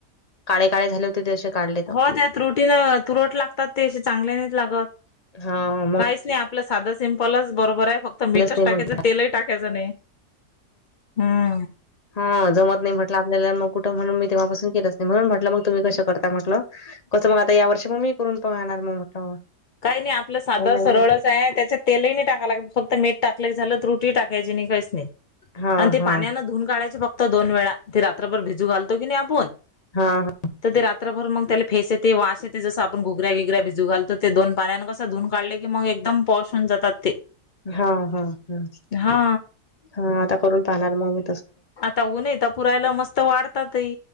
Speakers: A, on the left; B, on the left.
A: काळे काळे झाले हो तेे <unintelligible> काढले. तर
B: हो त्या तुरटीन तुरट लागतात ते, असे चांगले नाहीत लागत.
A: हा म
B: काहीच नाही आपलं साधं सिंपलच बरोबर, आहे फक् त मिठच
A: केलंच नाही
B: टाकायचं.
A: मग
B: तेलही टाकायचं नाही. हम्म.
A: हा जमत नाही म्हटलं आपल्याला मग कुठं, म्हणून मी तेव्हापासून केलंच नाही. म्हणून म्हटलं मग तुम्ही कसं करता म्हटलं? कसं मग आता या वर्षी मग मी करून पहणार मग म्हटलं.
B: काही नाही आपलं साधं
A: काही नवीन
B: सरळच आहे, त्याच्यात तेलही नाही टाका लागत. फक्त मीठ टाकल की झालं. तुरटी ही टाकायची नाही, काहीच नाही.
A: हां,
B: आणि ते
A: हां.
B: पाण्यान धुन काढायचे फक्त दोन वेळा. ते रात्रभर भिजू घालतो की नाही आपून
A: हां,
B: तर ते रात्रभर मग त्याला फेस येते, वास येते, जंस आपण घुगऱ्या बीगऱ्या भिजू घालतो ते दोन पाण्यान कसं धुन काढल की मग एकदम पॉश होऊन जातात ते.
A: हा हा हा,
B: हा
A: हा, आता करून पाहणार मग मी.
B: आता ऊन आहे त पुरायला मस्त वाढतातही.